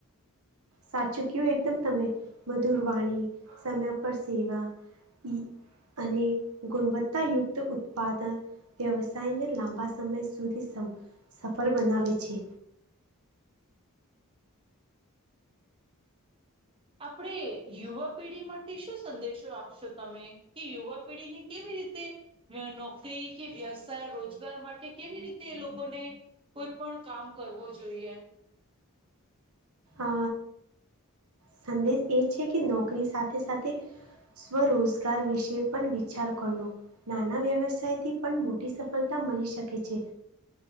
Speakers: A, on the right; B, on the right.
A: સાચું કયું એકદમ તમે. મધુરવાણી, સમય પર સેવા, ઈ અને ગુણવત્તાયુક્ત ઉત્પાદ વ્યવસાયને લાંબા સમય સુધી સમ સફલ બનાવે છે.
B: આપણે યુવા પેઢી માટે શું સંદેશો આપશો તમે? કે યુવા પેઢીને કેવી રીતે નોકરી કે વ્યવસાય રોજગાર માટે કેવી રીતે લોકોને કોઈ પણ કામ કરવું જોઈએ.
A: અ સંદેશ એ છે કે નોકરી સાથે સાથે સ્વરોજગાર વિશે પણ વિચાર નાના વ્યવસાયથી પણ મોટી સફળતા મળી શકે છે.